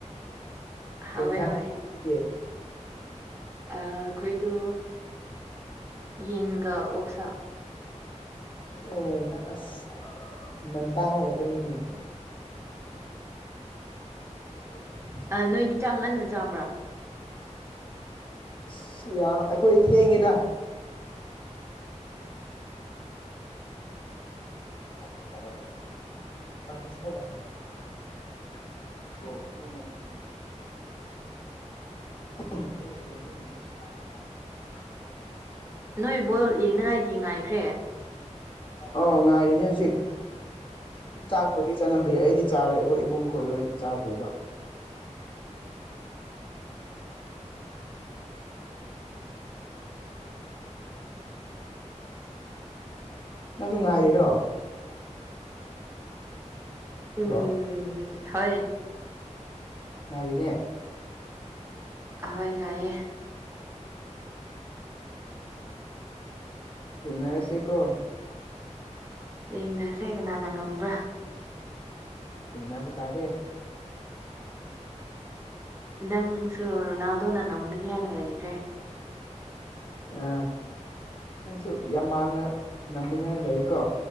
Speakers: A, on the right (about 20°); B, on the left (about 45°).
A: ꯍꯥꯎꯋꯦ
B: ꯀꯩꯅ <unintelligible>
A: ꯍꯣꯏ ꯑꯩꯈꯣꯏꯗꯣ ꯌꯦꯟꯒ ꯑꯣꯛꯁꯥ
B: ꯑꯣ ꯑꯁ ꯃ ꯇꯥꯡꯃꯒꯛꯇꯪꯃꯤꯟꯅ <inaudible>
A: ꯑ ꯅꯣꯏꯗꯤ ꯆꯥꯡ ꯉꯟꯅ ꯆꯥꯕ꯭ꯔꯥ
B: ꯑꯁ ꯌꯥꯝ ꯑꯩꯈꯣꯏ ꯊꯦꯡꯉꯤꯗ <unintelligible> <unintelligible> <unintelligible>
A: ꯅꯣꯏ ꯕꯣꯜ ꯌꯦꯡꯅꯉꯥꯏꯒꯤ ꯉꯥꯏꯈ꯭ꯔꯦ
B: ꯑꯣ ꯉꯥꯏꯔꯤꯅꯦ ꯍꯧꯖꯤꯛ
A: ꯎꯝ
B: ꯆꯥꯛꯄꯨꯗꯤ ꯆꯠꯅ ꯑꯩꯗꯤ ꯆꯥꯔꯦ ꯑꯩꯈꯣꯏ ꯏꯕꯨꯡꯈꯣꯏ ꯂꯣꯏ ꯆꯥꯗꯦꯕ ꯅꯪꯁꯨ ꯉꯥꯏꯔꯤꯔꯣ
A: ꯎꯝ
B: ꯍꯜꯂꯣ
A: ꯍꫭꯏ
B: ꯉꯥꯏꯔꯤꯅꯦ
A: ꯑꯍꯣꯏ ꯉꯥꯏꯌꯦ
B: ꯌꯦ ꯅꯔ ꯁꯤꯀꯣ
A: ꯌꯦꯡꯅꯁꯦ ꯀꯅꯥꯅ ꯉꯝꯕ꯭ꯔꯥ
B: ꯏꯩꯅꯕꯨ ꯇꯥꯔꯦ
A: ꯅꯪꯁꯨ ꯔꯣꯅꯥꯜꯗꯣꯅ ꯉꯝꯒꯅꯤ ꯍꯥꯏꯅ ꯂꯩꯈ꯭ꯔꯦ
B: ꯑ ꯅꯪꯁꯨ ꯌꯥꯝ ꯃꯥꯅ ꯉꯝꯕꯅꯤꯅ ꯂꯩꯔꯤꯀꯣ